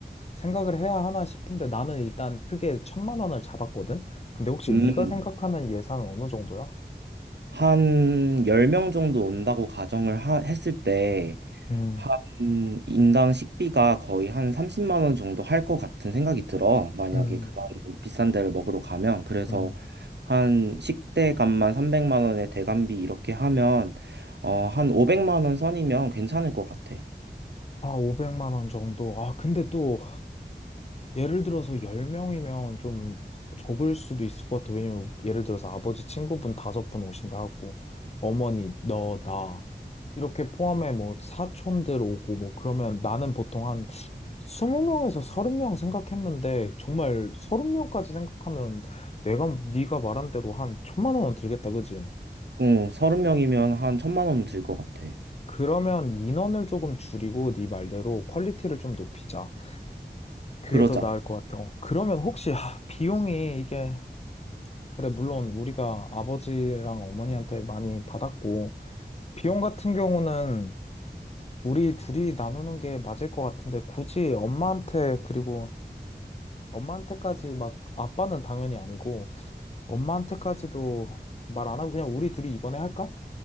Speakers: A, on the left; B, on the right.
A: 생각을 해야 하나 싶은데 나는 일단 크게 천만 원을 잡았거든? 근데 혹시
B: 음,
A: 네가 생각하는 예산은 어느 정도야?
B: 한 10명 정도 온다고 가정을 하- 했을 때,
A: 음,
B: 한 인당 식비가 거의 한 30만 원 정도 할 것 같은 생각이 들어. 만약에
A: 음,
B: 그런 비싼 데를 먹으러 가면. 그래서
A: 음.
B: 한 식대값만 300만 원에 대관비 이렇게 하면, 어, 한 500만 원 선이면 괜찮을 것 같아.
A: 아, 500만 원 정도. 아, 근데 또 예를 들어서 10명이면 좀 적을 수도 있을 것 같아. 왜냐면 예를 들어서 아버지 친구분 다섯 분 오신다 하고, 어머니, 너, 나. 이렇게 포함해 뭐 사촌들 오고 뭐 그러면 나는 보통 한 20명에서 30명 생각했는데 정말 30명까지 생각하면 내가 네가 말한 대로 한 천만 원은 들겠다, 그지?
B: 응, 서른 명이면 한 천만 원 들 것 같아.
A: 그러면 인원을 조금 줄이고 네 말대로 퀄리티를 좀 높이자. 그게
B: 그러자.
A: 더 나을 것 같아. 어, 그러면 혹시 아, 비용이 이게 그래, 물론 우리가 아버지랑 어머니한테 많이 받았고, 비용 같은 경우는 우리 둘이 나누는 게 맞을 것 같은데, 굳이 엄마한테, 그리고 엄마한테까지 막, 아빠는 당연히 아니고, 엄마한테까지도 말 안 하고 그냥 우리 둘이 이번에 할까?